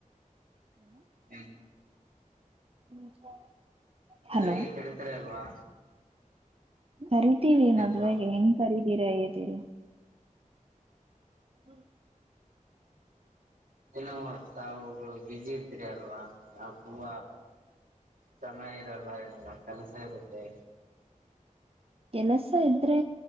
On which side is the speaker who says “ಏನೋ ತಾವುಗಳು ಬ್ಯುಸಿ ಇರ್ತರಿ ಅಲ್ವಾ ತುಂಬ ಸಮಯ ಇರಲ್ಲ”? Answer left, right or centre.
Right